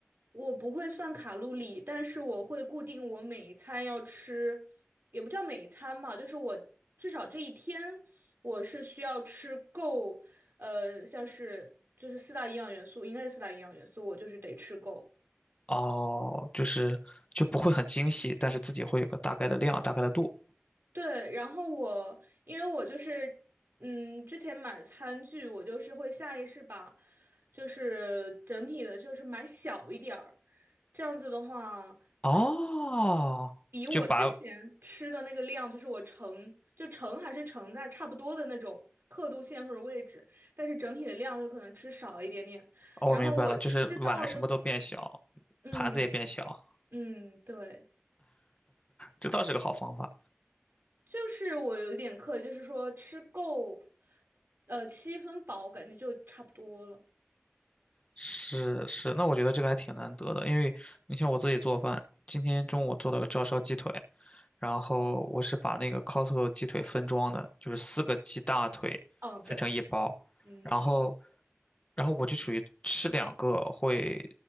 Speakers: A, on the right (about 60°); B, on the left (about 25°).
A: 我不会算卡路里，但是我会固定我每一餐要吃，也不叫每一餐吧，就是我至少这一天我是需要吃够，呃，像是就是四大营养元素，应该是四大营养元素，我就是得吃够。
B: 哦，就是就不会很精细，但是自己会有个大概的量，大概的度。
A: 对，然后我因为我就是，嗯，之前买餐具，我就是会下意识把，就是整体的，就是买小一点儿，这样子的话，
B: 哦，
A: 比我之前吃的那个量，
B: 就把，哦，
A: 就是我盛就盛还是盛在差不多的那种刻度线或者位置，但是整体的量就可能吃少一点点，
B: 我明白了，
A: 然后我吃到就，
B: 就是碗什么都变小，
A: 嗯
B: 盘子也变小，
A: 嗯，对。
B: 这倒是个好方法。
A: 就是我有一点刻意，就是说吃够，呃，七分饱，感觉就差不多了。
B: 是是，那我觉得这个还挺难得的，因为你像我自己做饭，今天中午做了个照烧鸡腿，然后我是把那个 Costco 鸡腿分装的，就是四个鸡大腿分成一包，
A: 嗯，对，嗯，
B: 然后，然后我就属于吃两个会